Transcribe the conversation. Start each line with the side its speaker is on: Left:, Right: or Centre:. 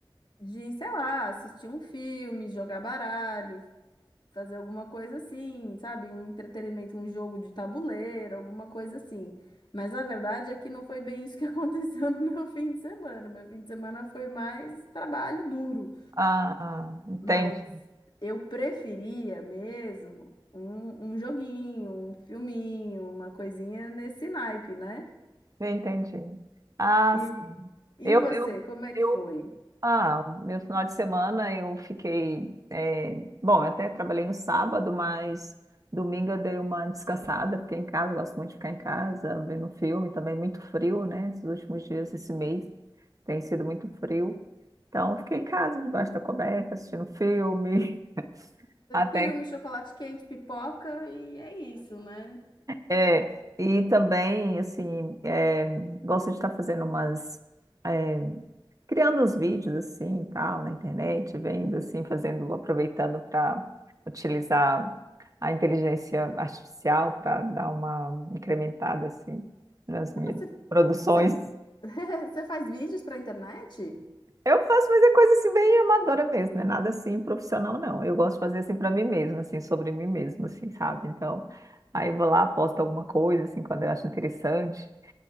Left: de, sei lá, assistir um filme, jogar baralho, fazer alguma coisa assim, sabe? Um entretenimento, um jogo de tabuleiro, alguma coisa assim. Mas a verdade é que não foi bem isso que <laughs> aconteceu no meu fim de semana. Meu fim de semana foi mais trabalho duro.
Right: Ah, entendi,
Left: Mas eu preferia mesmo um, um joguinho, um filminho, uma coisinha nesse naipe, né?
Right: entendi. Ah,
Left: E,
Right: sim.
Left: e
Right: eu,
Left: você,
Right: eu,
Left: como é que
Right: eu,
Left: foi?
Right: Ah, meu final de semana eu fiquei. eh, bom, eu até trabalhei no sábado, mas domingo eu dei uma descansada, fiquei em casa, gosto muito de ficar em casa, vendo um filme, também muito frio, né? Esses últimos dias, esse mês, tem sido muito frio. Então, fiquei em casa, debaixo da coberta, assistindo filme, <laughs> até
Left: Filme, chocolate quente, pipoca e é isso, né?
Right: É, e também, assim, é, gosto de estar fazendo umas, é, criando uns vídeos, assim, e tal, na internet, vendo, assim, fazendo, aproveitando para utilizar a inteligência artificial para dar uma incrementada, assim, nas
Left: Mas
Right: minhas
Left: você,
Right: produções.
Left: você, <laughs> você faz vídeos pra internet?
Right: Eu faço, mas é coisa, assim, bem amadora mesmo, não é nada, assim, profissional, não. Eu gosto de fazer, assim, para mim mesma, assim, sobre mim mesma, assim, sabe? Então, aí eu vou lá, posto alguma coisa, assim, quando eu acho interessante.